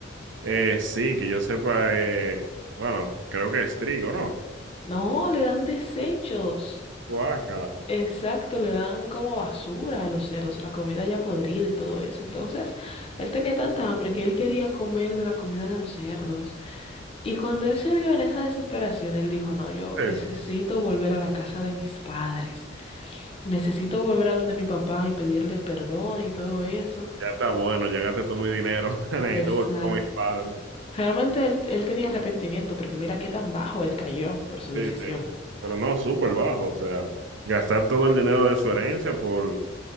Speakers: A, on the right; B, on the left.
A: Eh, sí, que yo sepa, eh, bueno, creo que es trigo, ¿no?
B: No, le dan desechos.
A: Guácala.
B: Exacto, le dan como basura a los cerdos, la comida ya podrida y todo eso. Entonces, él tenía tanta hambre que él quería comer de la comida de los cerdos. Y cuando él se vio en esa desesperación, él dijo, no, yo
A: Eso.
B: necesito volver a la casa de mis padres, necesito volver a donde mi papá y pedirle perdón y todo eso.
A: Ya está bueno, ya gasté todo mi dinero. <laughs> Necesito
B: Exacto.
A: volver con mis padres.
B: Realmente él, él tenía arrepentimiento porque mira qué tan bajo él cayó por su
A: Sí,
B: decisión.
A: sí. Pero no, súper bajo. O sea, gastar todo el dinero de su herencia por